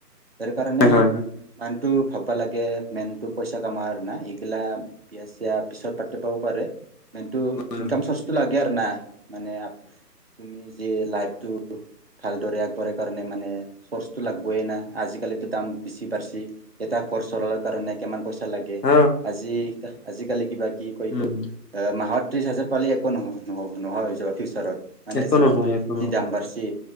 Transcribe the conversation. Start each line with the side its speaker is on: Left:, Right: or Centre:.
Right: তেওঁৰ কাৰণে
Left: হয় হয় হয়
Right: <unintelligible> ভাৱব লাগে মেইনটো পইচা কামাৰ না, এইগিলা বিয়া চিয়া পিছত পাত <unintelligible> পাৰে মেইনটো
Left: হয়
Right: ইনকম
Left: হয়।
Right: চৰ্চটো লাগে না, মানে আপ উনি যে লাইফটো ভালদৰে আগ পৰ কাৰণে মানে চৰ্চটো লাগবে এ না, আজিকালিতো দাম বেছি বাঢ়ছি। এটা ঘৰ চলাৰ কাৰণে। কিমান পইচা লাগে,
Left: অ
Right: আজি আজিকালি কিবা কি কয়
Left: উম
Right: এইটো এ মাহত ত্ৰিশ হাজাৰ পালি একো নহয় নহ নহয় যাব ফিউচাৰত। মানে
Left: একো
Right: যি-
Left: নহয় একো
Right: যি দাম বাঢ়চে।